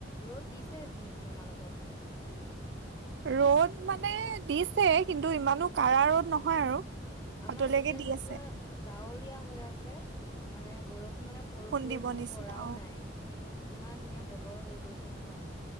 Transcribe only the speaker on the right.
ৰ'দ মানে দিছে কিন্তু ইমানো ক়াৰা ৰ'দ নহয় আৰু
পাতলীয়াকে
দি
আছে
দিব
নিচিনা
অ